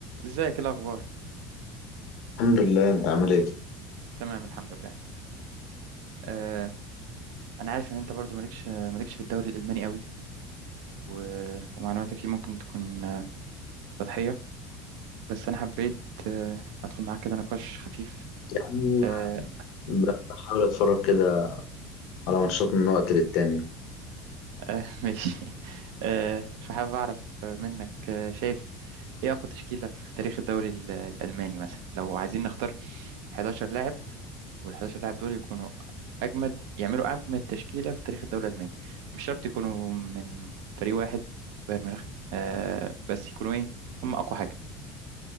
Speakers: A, on the right (about 80°); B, on the left (about 60°).
A: ازيك ايه الاخبار
B: الحمد لله انت عامل ايه
A: تمام الحمد لله آه انا عارف ان انت برضو مالكش مالكش في الدوري الالماني قوي و... ومعلوماتك فيه ممكن تكون آه، سطحيه بس انا حبيت آه ادخل معاك كده نقاش خفيف
B: يعني
A: آه
B: ب- بحاول اتفرج كده على ماتشات من وقت للتاني
A: آه <laughs> ماشي آه فحابب اعرف منك آه شايف ايه اقوى تشكيله في تاريخ الدوري ال- الالماني مثلا لو عايزين نختار 11 لاعب وال 11 لاعب دول يكونوا اجمد يعملوا اجمد تشكيله في تاريخ الدوري الالماني مش شرط يكونوا من فريق واحد بايرن ميونخ آه بس يكونوا ايه هم اقوى حاجه